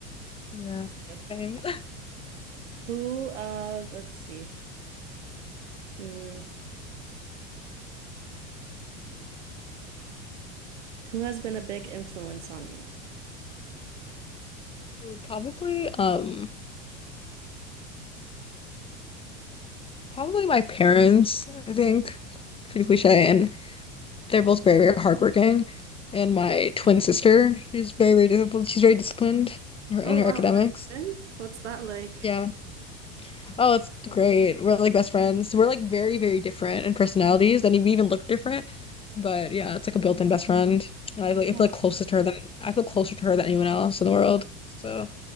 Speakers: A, on the left; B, on the right.
A: yeah,
B: Okay.
A: same.
B: Who uh let's see. Mm, who has been a big influence on you?
A: <laughs> Ooh, Probably, um, probably my parents, I think. Pretty cliche, and they're both very, very hardworking. And my twin sister, she's very, very disciplined. She's very disciplined in her in
B: Oh
A: her
B: wow,
A: academics.
B: you're in? What's that like?
A: Yeah. Oh, it's great. We're like best friends. We're like very, very different in personalities, and we even look different. But yeah, it's like a built-in best friend. And I like
B: Yeah,
A: I feel like closer to her than I feel closer to her than anyone else in the world. So